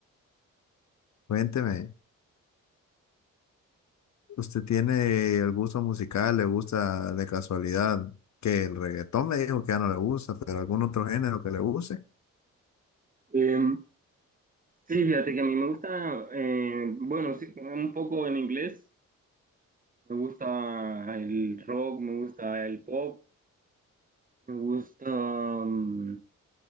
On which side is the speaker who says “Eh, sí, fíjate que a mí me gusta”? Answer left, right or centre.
Right